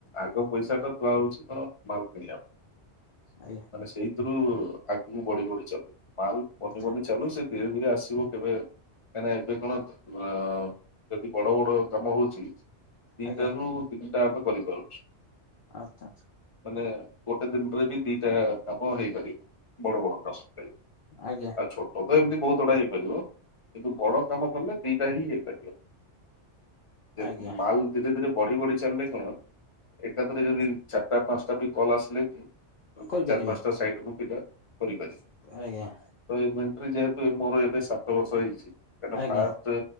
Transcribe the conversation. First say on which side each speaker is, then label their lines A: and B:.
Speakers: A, on the left; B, on the left.
A: ଆଗ ପଇସା ତ ପାଉଛି କଣ ମାଲ କିଣିବା
B: ଆଜ୍ଞା।
A: ମାନେ ସେଇଥିରୁ ଆଗକୁ ବଢି ବଢି ଚାଲୁ। ମାଲ ବନି
B: ଆଚ୍ଛା
A: ବନି ଚାଲୁ। ସେ ଧୀରେ ଧୀରେ ଆସ ଥିବ କେବେ କାହିଁକି ନା ଏବେ କଣ ଅ, ଯଦି ବଡ ବଡ କାମ ହଉଛି। ଦିଟା
B: ଆଜ୍ଞା
A: ରୁ ତିନିଟା ଆମେ କରିପାରୁଛୁ।
B: ଆଚ୍ଛା, ଆଚ୍ଛା।
A: ମାନେ ଗୋଟେ ଦିନରେ ବି ଦିଟା କାମ ହେଇପାରିବ। ବଡ ବଡ କାମ <unintelligible>
B: ଆଜ୍ଞା।
A: ଆଉ ଛୋଟ ତ ଏମିତି ବହୁତ ଗୁଡା ହେଇପାରିବ। କିନ୍ତୁ ବଡ କାମ କଲେ ଦିଟା ହିଁ ହେଇପାରିବ। ଯେ
B: ଆଜ୍ଞା
A: ମାଲ ଧୀରେ ଧୀରେ ବଢି ବଢି ଚାଲେ କଣ ଏକାଥରେ ଯଦି ଚାଟା ପାନ୍ସଟା ବି କଲ୍ ଆସିଲେ ବି
B: କରିପାରିବେ
A: ଚାରି ପାନ୍ସଟା ସାଇଟ୍ ରୁ ପିଲା କରିପାରିବେ।
B: ଆଜ୍ଞା
A: ତ ଏ ମେଣ୍ଟ୍ରି ଯେହେତୁ ଏ ମୋର ଏବେ ସାତ ବର୍ଷ ହେଇଛି। କାଇଁନା
B: ଆଜ୍ଞା
A: ପା ତ